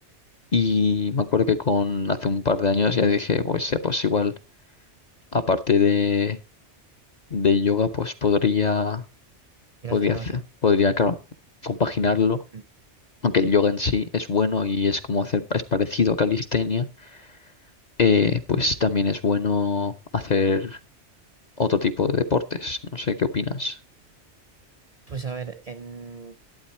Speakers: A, on the left; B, on the right.
A: Y me acuerdo que con hace un par de años ya dije, pues, eh, pues igual, aparte de, de yoga, pues podría,
B: Ir
A: podría
B: al gimnasio.
A: hacer, podría, claro, compaginarlo.
B: Mm.
A: Aunque el yoga en sí es bueno y es como hacer, es parecido a calistenia, eh, pues también es bueno hacer otro tipo de deportes. No sé qué opinas.
B: Pues a ver, en...